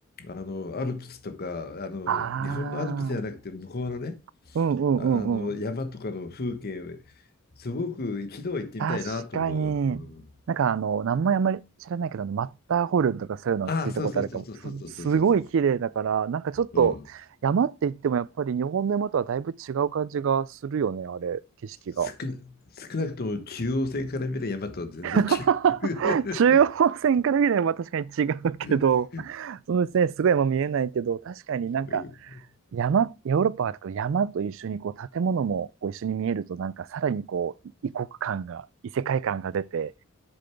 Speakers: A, on the left (about 45°); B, on the right (about 60°).
A: あの、アルプスとか、あの、
B: ああ、
A: 日本のアルプスじゃなくて、向こうのね、
B: うんうんうんうん。
A: あ、あの山とかの風景、すごく一度は行ってみたいなと思う。
B: 確かに、
A: うん、
B: なんかあの、名前あんまり知らないけど、あのマッターホルンとかそういうのを聞いたことあるかも。
A: ああ、そうそうそうそうそうそうそうそうそ
B: そうそうすごい綺麗だから、なんかちょっと山って言ってもやっぱり日本の山とはだいぶ違う感じがするよね、
A: う。うん。
B: あれ、景色が。
A: 少な、少なくとも中央線から見る山とは全然違
B: <laughs>
A: う。
B: 中央線から見れば確かに違うけど、
A: <laughs>
B: そうですね、すごい山見えないけど、確かになんか
A: うん
B: 山、ヨーロッパとか山と一緒にこう建物もこう一緒に見えると、なんかさらにこう異国感が、異世界感が出て、